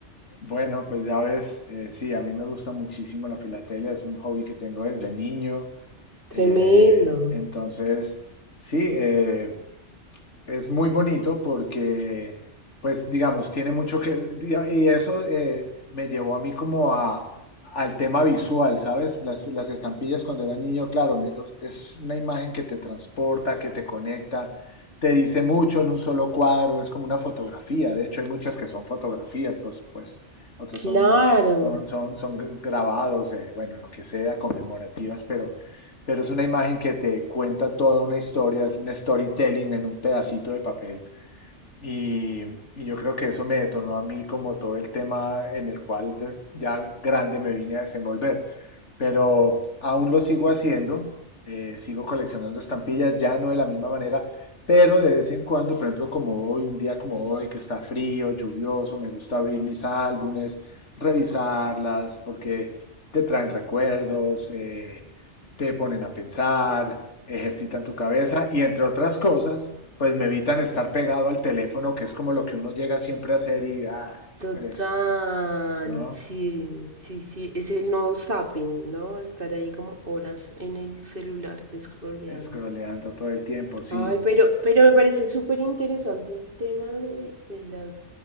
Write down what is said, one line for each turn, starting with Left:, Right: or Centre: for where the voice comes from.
Left: Bueno, pues ya ves, eh, sí, a mí me gusta muchísimo la filatelia. Es un hobby que tengo desde niño.
Right: <laughs>
Left: Eh,
Right: Tremendo,
Left: entonces, sí. eh, es muy bonito porque, pues, digamos, tiene mucho que... Y eso eh, me llevó a mí como a, al tema visual, ¿sabes? Las, las estampillas cuando era niño, claro, me- es una imagen que te transporta, que te conecta, te dice mucho en un solo cuadro, es como una fotografía. De hecho, hay muchas que son fotografías, por supuesto. Otras
Right: claro.
Left: son, son, son, son grabados, eh, bueno, lo que sea, conmemorativas, pero pero es una imagen que te cuenta toda una historia, es un storytelling en un pedacito de papel. Y, y yo creo que eso me detonó a mí como todo el tema en el cual ya grande me vine a desenvolver pero aún lo sigo haciendo, eh, sigo coleccionando estampillas, ya no de la misma manera, pero de vez en cuando, por ejemplo, como hoy, un día como hoy, que está frío, lluvioso, me gusta abrir mis álbumes, revisarlas, porque te traen recuerdos, eh, te ponen a pensar, ejercitan tu cabeza y entre otras cosas, pues me evitan estar pegado al teléfono, que es como lo que uno llega siempre a hacer y, ah, qué
Right: Total,
Left: pereza, ¿no?
Right: sí, sí, sí, es el nuevo zapping, ¿no? Estar ahí como horas en el celular scrolleando.
Left: Scrolleando todo el tiempo, sí.
Right: Ay, pero, pero me parece súper interesante el tema de, de las